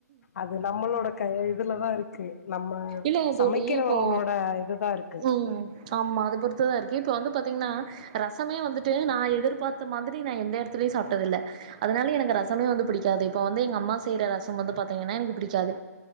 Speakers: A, on the left (about 60°); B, on the right (about 25°).
A: அது நம்மளோட கை இதுலதா இருக்கு நம்ம
B: இல்ல
A: சமைக்கிறவங்களோட
B: தோழி இப்போ
A: இதுதா இருக்கு
B: ம். ஆமா அது பொறுத்துதா இருக்கு இப்ப வந்து பாத்தீங்கன்னா ரசமே வந்து ட்டு நா எதிர்பாத்த மாதிரி நா எந்த இடத்துலயையு சாப்ட்டதில்ல அதனால எனக்கு ரசமே வந்து பிடிக் கு இப்ப வந்து எங்க அம்மா செய்ற ரசம் வந்து பாத்தீங்கன்னா எனக்கு பிடிக்காது